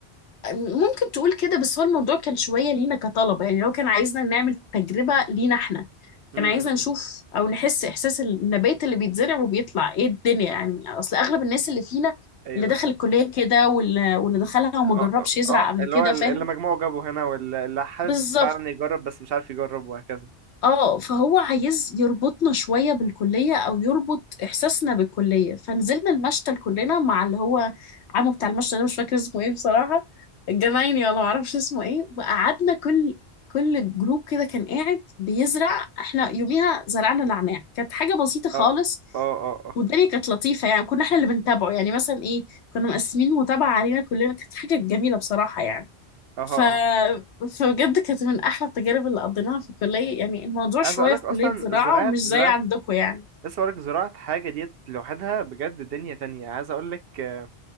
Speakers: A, on the left (about 80°); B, on the right (about 65°).
A: ممكن تقول كده بس هو الموضوع كان شوية لينا كطلبة يعني لو كان عايزنا نعمل تجربة
B: مهم.
A: لينا احنا
B: مم،
A: كان عايزنا
B: مم.
A: نشوف
B: مم.
A: او نحس احساس النبات اللي بيتزرع وبيطلع ايه الدنيا يعني اصل اغلب الناس اللي فينا
B: ايوه
A: اللي دخل الكلية كده واللي, واللي دخلها وما
B: اه
A: جربش
B: اه
A: يزرع
B: آه،
A: قبل
B: اللي
A: كده
B: هو ال-
A: فاهم
B: اللي مجموعه جابه هنا واللي اللي حابب
A: بالظبط
B: فعلا يجرب بس مش عارف يجرب وهكذا
A: اه فهو عايز يربطنا شوية بالكلية او يربط احساسنا بالكلية فنزلنا المشتل كلنا مع اللي هو عمو بتاع المشتل ده مش فاكر اسمه ايه بصراحة الجنايني ولا معرفش اسمه ايه وقعدنا كل كل جروب كده كان قاعد بيزرع احنا يوميها زرعنا نعناع كانت حاجة بسيطة خالص
B: اه اه اه اه
A: والدنيا كانت لطيفة يعني كنا احنا اللي بنتابعه يعني مثلا ايه كنا مقسمين متابعة علينا كلنا كانت حاجة جميلة بصراحة يعني
B: اها
A: ف...
B: اها
A: فبجد كانت من احلى التجارب اللي قضيناها في الكليه يعني الموضوع شويه
B: عايز اقول لك
A: في
B: اصلا
A: كليه زراعه
B: زراعه
A: مش زي
B: زراعه
A: عندكم يعني
B: لسه بقولك زراعة حاجة ديت لوحدها بجد دنيا تانية عايز أقولك آه،